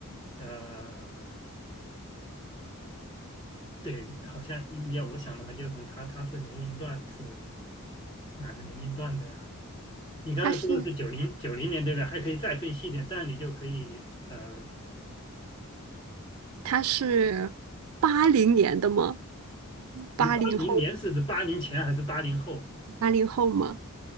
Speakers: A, on the left; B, on the right.
A: 呃，对，好像你要我想的话就是他他是年龄段是哪个年龄段的呀？你刚才说的是九零九零年对不对？
B: 她是。
A: 还可以再分细一点，这样你就可以呃，
B: 他是八零年的吗？八零后，
A: 你八零年是指八零前还是八零后？
B: 八零后吗？